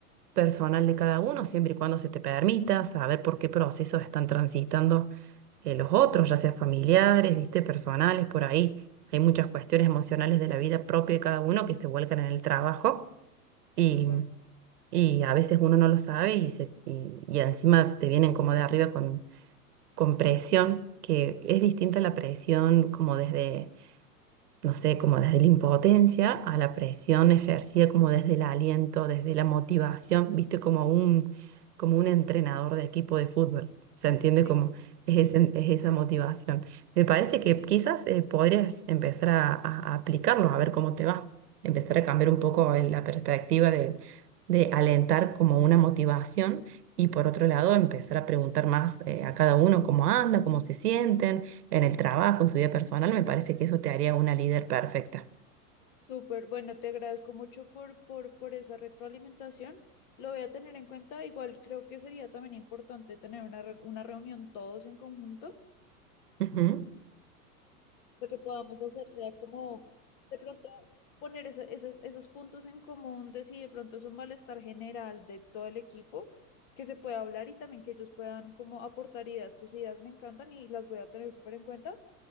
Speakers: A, on the right; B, on the left.
A: personal de cada uno, siempre y cuando se te permita saber por qué procesos están transitando eh, los otros, ya sea familiares, viste, personales, por ahí. Hay muchas cuestiones emocionales de la vida propia de cada uno que se vuelcan en el trabajo
B: Sí,
A: y,
B: total.
A: y a veces uno no lo sabe y, se, y, y encima te vienen como de arriba con, con presión, que es distinta la presión como desde no sé, como desde la impotencia a la presión ejercida como desde el aliento, desde la motivación, viste, como un, como un entrenador de equipo de fútbol. Se entiende
B: Sí.
A: como es, ese- es esa motivación. Me parece que quizás eh, podrías empezar a, a- a aplicarlo, a ver cómo te va. Empezar a cambiar un poco el- la perspectiva de, de alentar como una motivación y por otro lado empezar a preguntar más eh, a cada uno cómo anda, cómo se sienten en el trabajo, en su vida personal, me parece que eso te haría una líder perfecta.
B: Súper, bueno, te agradezco mucho por, por, por esa retroalimentación. Lo voy a tener en cuenta. Igual creo que sería también importante tener una, re- una reunión todos en conjunto.
A: Ujú,
B: Lo que podamos hacer sea como de pronto poner esa- esas- esos puntos en común de si de pronto es un malestar general de todo el equipo, que se pueda hablar y también que ellos puedan como aportar ideas. Tus ideas me encantan y las voy a tener súper en cuenta.